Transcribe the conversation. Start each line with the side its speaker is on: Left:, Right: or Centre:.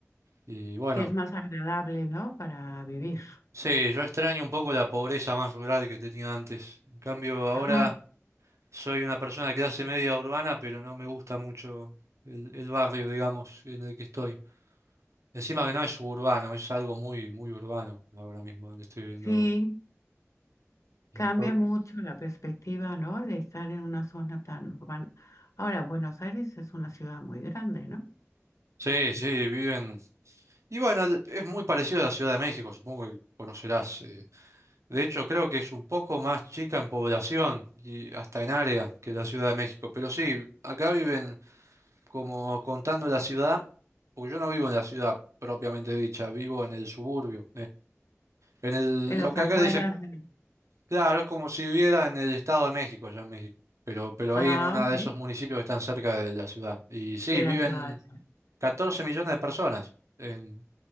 Right: Y bueno,
Left: que es más agradable, ¿no? Para vivir.
Right: sí, yo extraño un poco la pobreza más rural que tenía antes. En cambio, ahora...
Left: Ajá.
Right: Soy una persona de clase media urbana, pero no me gusta mucho el, el barrio, digamos, en el que estoy. Encima que no es suburbano, es algo muy, muy urbano ahora mismo donde estoy viviendo
Left: Sí,
Right: ahora. Y
Left: cambia
Right: por-
Left: mucho la perspectiva, ¿no? De estar en una zona tan urbana. Ahora, Buenos Aires es una ciudad muy grande, ¿no?
Right: Sí, sí, viven. Y bueno, es muy parecido a la Ciudad de México, supongo que conocerás. eh. De hecho, creo que es un poco más chica en población y hasta en área que la Ciudad de México. Pero sí, acá viven como contando la ciudad, porque yo no vivo en la ciudad propiamente dicha, vivo en el suburbio, En el,
Left: En
Right: lo
Left: las
Right: que
Left: afueras
Right: acá dicen,
Left: de...
Right: claro, es como si viviera en el Estado de México, allá en México, pero, pero
Left: Ah,
Right: ahí en uno
Left: ok.
Right: de esos municipios que están cerca de la ciudad. Y sí,
Left: de
Right: viven
Left: la ciudad del centro.
Right: 14 millones de personas en,